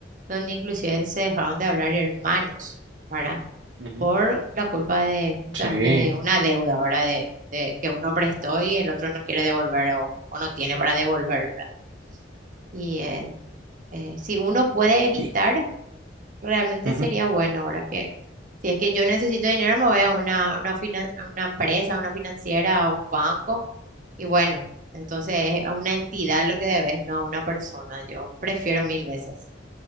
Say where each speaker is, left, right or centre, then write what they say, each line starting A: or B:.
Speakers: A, on the right; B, on the right.
A: donde inclusive se dejaron de hablar hermanos, ¿verdad?
B: ujú,
A: Por la culpa de justamente
B: Sí.
A: de una deuda, ¿verdad? De, de que uno prestó y el otro no quiere devolver o, o no tiene para devolver, ¿verdad? Y eh, eh, si uno puede evitar
B: Y,
A: Realmente
B: ujú.
A: sería bueno ahora que, si es que yo necesito dinero, me voy a una, una, finan- a una empresa, a una financiera, a un banco. Y bueno, entonces es a una entidad lo que debes, no a una persona. Yo prefiero mil veces